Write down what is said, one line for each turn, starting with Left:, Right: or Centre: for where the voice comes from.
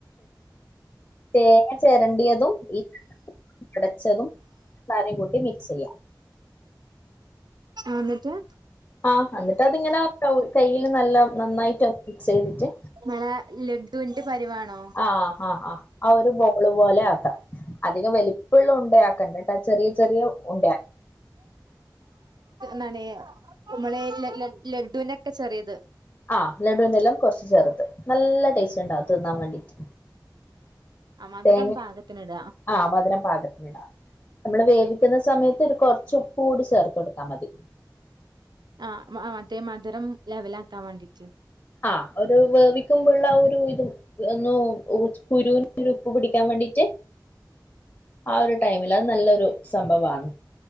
Left: തേങ്ങ ചരണ്ടിയതുംഉടച്ചതുംരും കൂട്ടി സ്യ
Right: അന്നിട്ട്
Left: ആഹ് എന്നിട്ട് അതിങ്ങനെ കയ്യിൽ നല്ല നന്നായിട്ട് മിക്സ് ചെയ്തിട്ട
Right: ങ്ങളെ ലഡുവിന്റെ പരിവാണോ
Left: ആ ആ ആ ആ ഒരു ബോള് പോലെ അധികം വലിപ്പുള്ള ഉണ്ടാക്കണ്ട് ചെറിയ ചെറിയ ഉണ്ട
Right: നനയും കുമിളയില്ലല്ലോ ലഡുവിനൊക്കെ ചെറിയത്
Left: ആഹ ലഡുവിന്റെ എല്ലാം കൊറച്ച് ചേർത്ത് നല്ല ടേസ്റ്റ് ഉണ്ടാവ തിന്നാൻ വേണ്ടീട്ട്
Right: ആ മധുരം
Left: തേങ്ങ
Right: പാകത്തിന് ഇടാ
Left: ആഹ മധുരം പാകത്തിന് ഇടാം നമ്മള് വേ- ക്കുന്ന സമയത്ത് ഒരു കൊറച്ച ഉപ്പ് കൂടി ചേർത്ത് കൊടുത്താ മതി
Right: ആ മറ്റേ മധുരം ലെവലാക്കാൻ ആാക്കാൻ വേണ്ടിട്ട്
Left: ആ ഒരു വേവിക്കുമ്പോുള്ള ഒരു ഇതും ഒ കുരുവിന ഒരു ഉപ്പ് പിടിക്കാൻ വേണ്ടിട്ട് ആ ഒരു ടൈമിൽ അത് നല്ലരു സംഭവമാണ്